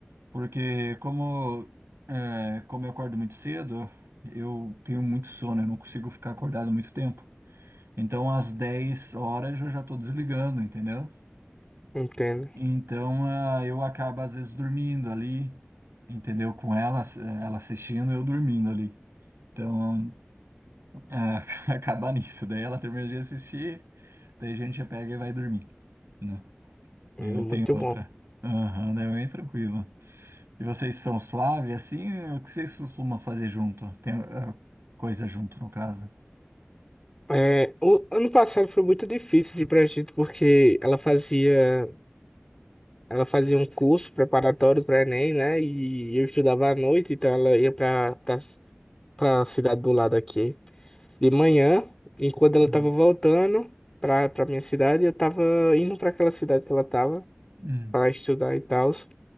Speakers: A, on the right (about 80°); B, on the left (about 15°).
A: porque como, é, como eu acordo muito cedo, eu tenho muito sono, eu não consigo ficar acordado muito tempo. Então, às 10 horas eu já tô desligando, entendeu?
B: entendo.
A: Então, ah, eu acabo às vezes dormindo ali, entendeu? Com ela, eh, ela assistindo, eu dormindo ali. Então, ah, <laughs> acabar nisso. Daí ela termina de assistir, daí a gente já pega e vai dormir. Não, daí
B: Hum,
A: não
B: Muito
A: tem outra.
B: bom.
A: Aham, daí é bem tranquilo. E vocês são suave assim? O que vocês costumam fazer junto? Tem ah, coisa junto, no caso.
B: É, o ano passado foi muito difícil assim, pra gente, porque ela fazia, ela fazia um curso preparatório para Enem, né? E eu estudava à noite, então ela ia pra, pra, pra cidade do lado aqui de manhã, e quando ela
A: Uhum.
B: tava voltando pra, pra minha cidade, eu tava indo pra aquela cidade que ela tava.
A: Hum.
B: para estudar e tal.